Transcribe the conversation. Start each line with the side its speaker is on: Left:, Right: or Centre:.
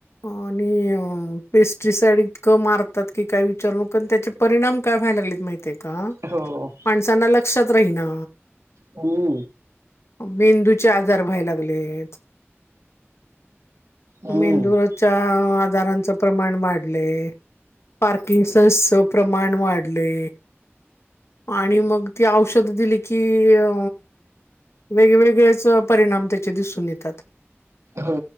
Left: आणि पेस्ट्रीसाइड इतकं मारतात की काय विचार नको अन् त्याचे परिणाम काय व्हायला लागलेत माहिती आहे का
Right: हो
Left: माणसांना लक्षात राहीना
Right: हो
Left: मेंदूचे आजार व्हाय लागलेत
Right: हम्म
Left: मेंदूच्या आजारांचं प्रमाण वाढले पार्किंगचे प्रमाण वाढले आणि मग ती औषधं दिली की अ वेगवेगळेच परिणाम त्याचे दिसून येतात
Right: हो